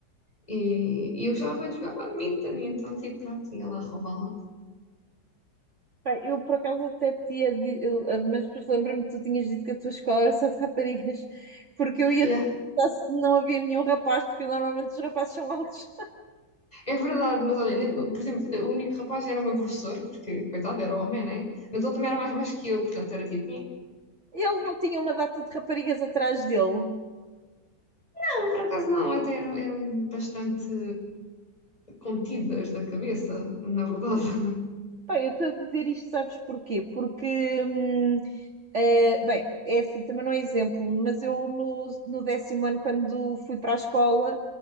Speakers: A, on the left (about 20°); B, on the right (about 40°).
A: E, e eu gostava bué de jogar badminton, e então, tipo, pronto, ia lá roubá-la.
B: Pá, eu por acaso até tinha. di- eu- Mas depois lembro-me que tu tinhas dito que a tua escola era só de raparigas, porque eu ia
A: Yeah.
B: te perguntar se não havia nenhum rapaz, porque normalmente os rapazes são altos.
A: É verdade, mas olha, ainda- por exemplo, o único rapaz era o meu professor, porque, coitado, era homem, né? Mas ele também era mais baixo que eu, portanto era tipo, "Eh,
B: Ele não tinha uma data de raparigas atrás dele.
A: não, por acaso não, até eram, eram bastante contidas da cabeça, na verdade. <laughs>
B: Bem, eu estou a dizer isto, sabes porquê? Porque, hum, eh, bem, é assim, também não é exemplo, mas eu no, no décimo ano, quando fui para a escola,